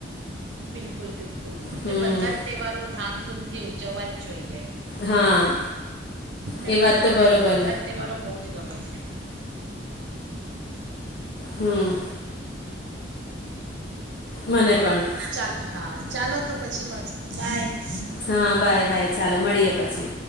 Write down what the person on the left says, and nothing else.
હમ
હા
એ વાત
બરોબર
હમ મને પણ
હા બાય બાય. ચાલો મળીએ પછી.